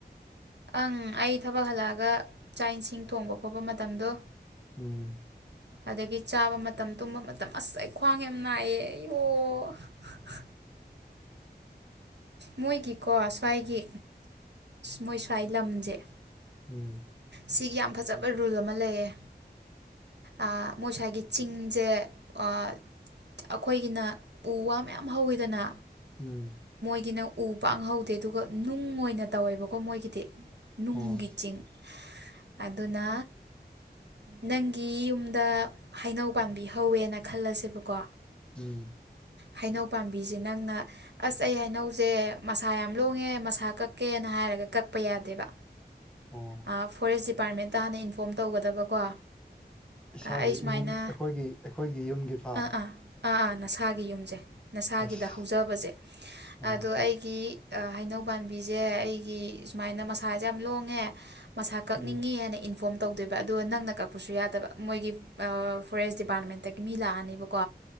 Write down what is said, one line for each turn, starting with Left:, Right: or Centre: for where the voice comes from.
Right: ꯑꯪ ꯑꯩ ꯊꯕꯛ ꯍꯜꯂꯛꯑꯒ ꯆꯥꯛ ꯏꯟꯁꯤꯡ ꯊꯣꯡꯕ ꯈꯣꯠꯄ ꯃꯇꯝꯗꯣ
Centre: ꯎꯝ
Right: ꯑꯗꯒꯤ ꯆꯥꯕ ꯃꯇꯝ ꯇꯨꯝꯕ ꯃꯇꯝ ꯑꯁ ꯑꯩ ꯈ꯭ꯋꯥꯡ ꯌꯥꯝ ꯅꯥꯏꯌꯦ ꯑꯩꯌꯣ <unintelligible> ꯃꯣꯏꯒꯤꯀꯣ ꯁ꯭ꯋꯥꯏꯒꯤ ꯃꯣꯏ ꯁ꯭ꯋꯥꯏ ꯂꯝꯁꯦ
Centre: ꯎꯝ
Right: ꯁꯤꯒꯤ ꯌꯥꯝ ꯐꯖꯕ ꯔꯨꯜ ꯑꯃ ꯂꯩꯌꯦ ꯑꯥ ꯃꯣꯏꯁꯋꯥꯏꯒꯤ ꯆꯤꯡꯁꯦ ꯑꯥ ꯑꯩꯈꯣꯏꯒꯤꯅ ꯎ ꯋꯥ ꯃꯌꯥꯝ ꯍꯧꯋꯤꯗꯅ
Centre: ꯎꯝ
Right: ꯒꯤꯅ ꯎ ꯄꯥꯡꯍꯧꯗꯦ ꯑꯗꯨꯒ ꯅꯨꯡ ꯑꯣꯏꯅ ꯇꯧꯋꯦꯕꯀꯣ ꯃꯣꯏꯒꯤꯗꯤ ꯅꯨꯡꯒꯤ
Centre: ꯍꯣꯏ
Right: ꯆꯤꯡ ꯑꯗꯨꯅ ꯅꯪꯒꯤ ꯌꯨꯝꯗ ꯍꯩꯅꯧ ꯄꯥꯝꯕꯤ ꯍꯧꯋꯦꯅ ꯈꯜꯂꯁꯦꯕꯀꯣ
Centre: ꯎꯝ
Right: ꯍꯩꯅꯧ ꯄꯥꯝꯕꯤꯁꯦ ꯅꯪꯅ ꯑꯁ ꯑꯩ ꯍꯩꯅꯧꯁꯦ ꯃꯁꯥ ꯌꯥꯝ ꯂꯣꯡꯉꯦ ꯃꯁꯥ ꯀꯛꯀꯦꯅ ꯍꯥꯏ ꯍꯥꯏꯔꯒ ꯀꯛꯄ ꯌꯥꯗꯦꯕ
Centre: ꯑꯣ
Right: ꯑꯥ ꯐꯣꯔꯦꯁ ꯗꯤꯄꯥꯔꯠꯃꯦꯟꯇ ꯍꯥꯟꯅ ꯏꯟꯐꯣꯝ ꯇꯧꯒꯗꯕꯀꯣ
Centre: ꯏꯁꯥꯒꯤ
Right: ꯑꯩ ꯁꯨꯃꯥꯏꯅ
Centre: ꯏꯃꯨꯡ ꯑꯩꯈꯣꯏꯒꯤ ꯑꯩꯈꯣꯏꯒꯤ ꯌꯨꯝꯒꯤ ꯐꯥꯎ
Right: ꯑꯥ ꯑꯥ ꯑꯥ ꯑꯥ ꯅꯁꯥꯒꯤ ꯌꯨꯝꯁꯦ ꯅꯁꯥꯒꯤꯗ
Centre: ꯑꯁ
Right: ꯍꯧꯖꯕꯁꯦ
Centre: ꯑꯣ
Right: ꯑꯗꯣ ꯑꯩꯒꯤ ꯍꯩꯅꯧ ꯄꯥꯝꯕꯤꯁꯦ ꯑꯩꯒꯤ ꯁꯨꯃꯥꯏꯅ ꯃꯁꯥꯁꯦ ꯌꯥꯝ ꯂꯣꯡꯉꯦ ꯃꯁꯥ ꯀꯛꯅꯤꯡꯉꯤ
Centre: ꯎꯝ
Right: ꯍꯥꯏꯅ ꯏꯟꯐꯣꯝ ꯇꯧꯗꯣꯏꯕ ꯑꯗꯨꯒ ꯅꯪꯅ ꯀꯛꯄꯁꯨ ꯌꯥꯗꯕ ꯃꯣꯏꯒꯤ ꯑꯥ ꯐꯣꯔꯦꯁ ꯗꯤꯄꯥꯔꯠꯃꯦꯟꯇꯒꯤ ꯃꯤ ꯂꯥꯛꯑꯅꯦꯕꯀꯣ